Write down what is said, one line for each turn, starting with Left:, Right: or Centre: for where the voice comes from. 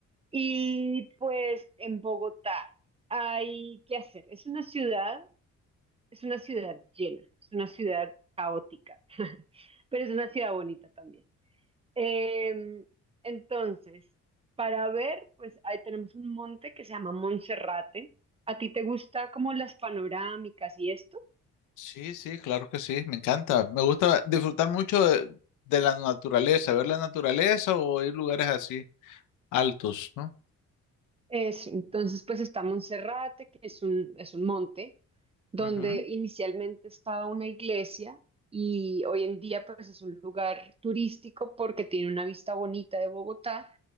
Right: Y pues en Bogotá hay que hacer, es una ciudad, es una ciudad llena, es una ciudad caótica, <laughs> pero es una ciudad bonita también. Em, entonces, para ver, pues ahí tenemos un monte que se llama Monserrate. ¿A ti te gusta como las panorámicas y esto?
Left: Sí, sí, claro que sí, me encanta. Me gusta disfrutar mucho de, de la naturaleza, ver la naturaleza o ir lugares así altos, ¿no?
Right: Eso, entonces pues está Monserrate, que es un, es un monte donde
Left: Ujú.
Right: inicialmente estaba una iglesia y hoy en día pues es un lugar turístico porque tiene una vista bonita de Bogotá.